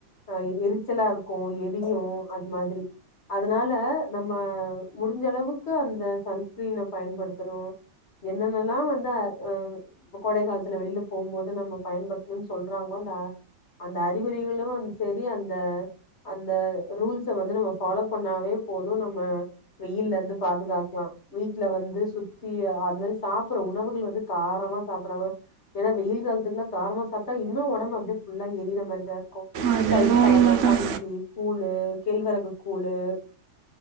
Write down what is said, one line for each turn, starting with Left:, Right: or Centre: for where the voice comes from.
Left: ஆ எரிச்சலா இருக்கு‌ எரியு அது மாதிரி அதனால நம்ம முடி ஞ்ச அளவுக்கு அந்த சன்ஸ்கிரீன பயன்படுத்தணு என்னென்னலா வந்து அ அ கோடை காலத்துல வெளில போம்போது நம்ம பயன்படுத்தனுன் சொல்றாங்களோ அந்த அந்த அறிகுறிகளு வந்து செரி அந்த அந்த ரூல்ஸ வந்து நம்ம ஃபாலோ பண்ணாவே போது நம்ம வெயில்ல இருந்து பாதுகாக்லா வீட்ல வந்து சுத்தி அது மாதி சாப்புட்ற உணவுகள் வந்து காரமா சாப்டாம ஏனா வெயில் காலத்துக்குல்லா காரமா சாப்ட்டா இன்னு ஒடம்பு அப்டியே ஃபுல்லா எரியிற மாரிதா இருக்கு
Right: அது
Left: தயிர்
Right: என்னவோ
Left: சாதோ
Right: உண்மைதான்
Left: கஞ்சி கூழு கேழ்வரகு கூழு